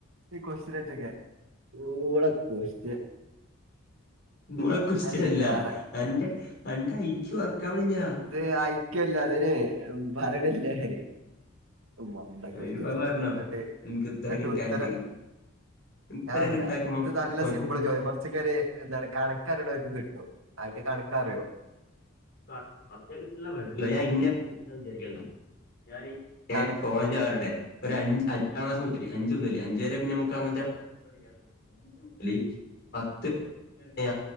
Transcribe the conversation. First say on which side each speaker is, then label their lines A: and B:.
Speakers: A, on the right; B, on the left.
A: ഈ കൊസ്റ്റിയനായിട്ടൊക്കെ നിങ്ങടെ ക്യൊസ്ടിയൻ
B: ഊള ക്വസ്റ്റ്യൻല്ല
A: ചോദിക്ക വേറെ
B: അന്റെ അന്റെ ഐക്യു വർക്കവണില്ല.
A: ഇത് ഐക്യു അല്ല അതിന് പറയണില്ല ഞാന്. വണ്ട <unintelligible>
B: അയ്യോ, അത് പറഞ്ഞോ
A: എന്നട്ട്
B: എനിക്ക് ഉത്തരം
A: നട്ട്
B: കിട്ടാനിട്ട്
A: ഉത്തര
B: ഉത്തരം
A: ഞാൻ പറഞ്ഞേര
B: കിട്ടാക്കുമ്പോ
A: ഇത് നല്ല
B: കൊഞ്ഞിനും
A: സിമ്പിൾ ചോദ്യ ഫസ്റ്റ് കുറിച്ചൊക്കെ ഒരു എന്താണ് കണക്കറീണോന്ക്ക് കിട്ടും. അണ്ക്ക് കണക്കറിയോ
B: പ കിട്ടുള്ള പറഞ്ഞത്തിട്ടില്ല ഞാൻ ഇന്നേ വിചാരിക്കണ്ട ഞാന് ഏഹ്
A: കണക്ക്
B: കോളേജ് ആരുടേ ഒരു അഞ്ച് അഞ്ചു ക്ലസ് മുതല് അഞ്ച് മുതൽ അഞ്ച വരെ പിന്ന നമുക്ക് അങ്ങനത്തെ <unintelligible> <unintelligible> പത്ത് വരൊണ്